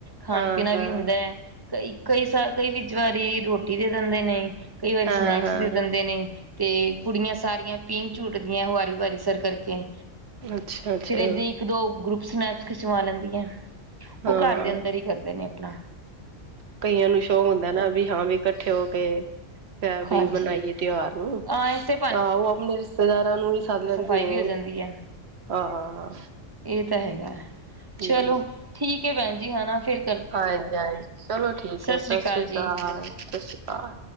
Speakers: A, on the right (about 35°); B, on the right (about 60°).
A: ਖਾਨ
B: ਹਾਂ
A: ਪੀਨਾ
B: ਹਾਂ
A: ਵੀ ਹੁੰਦਾ ਐ। ਕਈ ਕਈ ਸ ਕਈ ਵਿੱਚ ਵਾਰੀ ਰੋਟੀ ਦੇ ਦੇਂਦੇ ਨੇ ਕਈ ਵਾਰੀ
B: ਹਾਂ
A: ਸਨੈਕਸ
B: ਹਾਂ
A: ਦੇ ਦੇਂਦੇ ਨੇ। ਤੇ ਕੁੜੀਆਂ ਸਾਰੀਆਂ ਪੀਂਘ ਝੂਟਦੀਆਂ ਵਾਰੀ ਵਾਰੀ ਸਰ ਕਰਕੇ।
B: ਅੱਛਾ-ਅੱਛਾ।
A: ਫਿਰ ਏਦਾਂ ਇੱਕ ਦੋ ਗਰੁੱਪ ਸਨੈਪਸ ਖਿਚਵਾ ਲੈਂਦੀਆਂ
B: ਹਾਂ
A: ਓ ਘਰ ਦੇ ਅੰਦਰ ਈ ਕਰਦੇ ਨੇ ਅਪਨਾ।
B: ਕਈਆਂ ਨੂੰ ਸ਼ੋਕ ਹੁੰਦਾ ਨਾ ਵੀ ਹਾਂ ਵੀ ਇਕੱਠੇ ਹੋ ਕੇ <unintelligible> ਬਈ
A: ਹਾਂਜੀ
B: ਮਨਾਈਏ ਤਿਉਹਾਰ ਨੂੰ
A: ਹਾਂ ਇਸੇ
B: ਤਾਂ ਓ ਅਪਨੇ ਰਿਸ਼ਤੇਦਾਰਾਂ ਨੂੰ ਵੀ ਸੱਦ ਲੈਂਦੇ।
A: ਸਫਾਈ
B: ਨੇ
A: ਵੀ ਹੋ ਜਾਂਦੀ ਐ।
B: ਹਾਂ।
A: ਏ ਤਾਂ ਹੈਗਾ,
B: ਹਾਂਜੀ
A: ਚਲੋ ਠੀਕ ਐ ਭੈਣ ਜੀ ਹਨਾ ਫਿਰ
B: ਹਾਂਜੀ-ਹਾਂਜੀ, ਚਲੋ ਠੀਕ ਐ
A: ਸ੍ਰੀ
B: ਸਤਿ ਸ਼੍ਰੀ ਅਕਾਲ,
A: ਜੀ
B: ਸਤਿ ਸ਼੍ਰੀ ਅਕਾਲ।